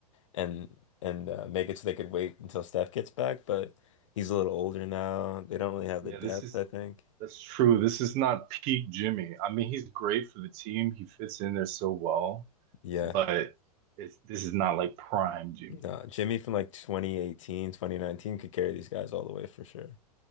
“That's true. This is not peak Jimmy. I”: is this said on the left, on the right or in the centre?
Right